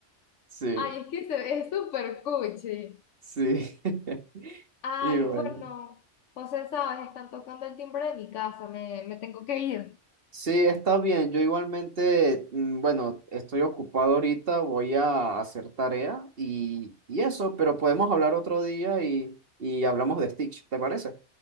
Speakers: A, on the right; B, on the left.
A: Sí,
B: Ay, es que se- es súper cuchi.
A: sí. <laughs>
B: Ay,
A: Y bueno.
B: bueno, José, sabes, están tocando el timbre de mi casa, me, me tengo que ir.
A: Sí, está bien. Yo igualmente, mm, bueno, estoy ocupado ahorita, voy a hacer tarea y, y eso, pero podemos hablar otro día y, y hablamos de Stitch, ¿te parece?